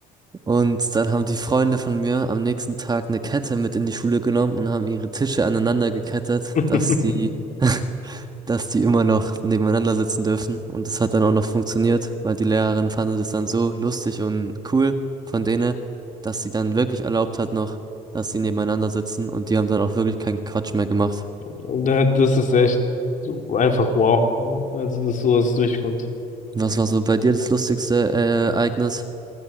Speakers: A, on the right (about 25°); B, on the left (about 50°).
A: Und dann haben die Freunde von mir am nächsten Tag eine Kette mit in die Schule genommen und haben ihre Tische aneinander gekettet,
B: <laughs>
A: dass die <laughs> dass die immer noch nebeneinander sitzen dürfen. Und das hat dann auch noch funktioniert, weil die Lehrerin fand es dann so lustig und cool von denen, dass sie dann wirklich erlaubt hat noch, dass sie nebeneinander sitzen und die haben dann auch wirklich keinen Quatsch mehr gemacht.
B: Da- Das ist echt so einfach wow. Also, dass sowas durchkommt.
A: Was war so bei dir das lustigste äh, Ereignis?